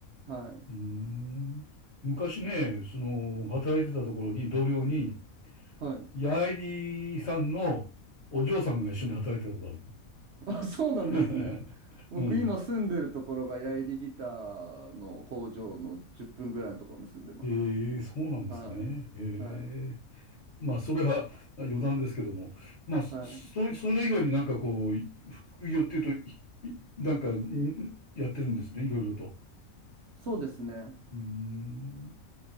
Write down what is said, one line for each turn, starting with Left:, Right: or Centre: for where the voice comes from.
Right: はい。
Left: ーん。昔ね、その、働いてたところに、同僚に、
Right: はい。
Left: ヤエリさんのお嬢さんが一緒に働いてたことあ
Right: あ、そうなんですね。
Left: る。<laughs>
Right: 僕今住んでるところがヤイリギターの工場の10分ぐらいのところに住んでます。
Left: うん。へえ、そうなんですね。
Right: はい。
Left: ええ。
Right: はい。
Left: まあ、それはあ余談ですけども。まあ、そ、
Right: はい。
Left: そそれ以外になんかこう、い副業っていうと、いいなんか、いやってるんですね、いろいろと。
Right: そうですね。
Left: うーん。